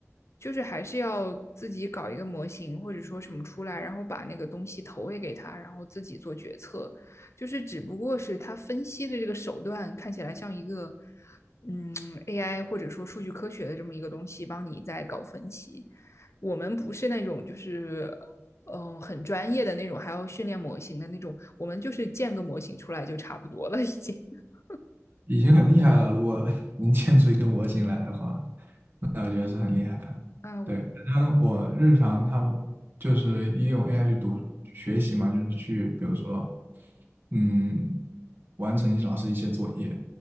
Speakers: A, on the left; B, on the right.
A: 就是还是要自己搞一个模型或者说什么出来，然后把那个东西投喂给他，然后自己做决策。就是只不过是他分析的这个手段看起来像一个，嗯，AI 或者说数据科学的这么一个东西，帮你在搞分析。我们不是那种就是嗯、呃很专业的那种，还要训练模型的那种，我们就是建个模型出来就差不多了，已经。<laughs>
B: 已经很厉害了，如果能建出一个模型来的话，那我觉得是很厉害了。
A: 啊，
B: 对，
A: 我
B: 反正我日常他就是利用 AI 去读学习嘛，就是去比如说，嗯，完成老师一些作业，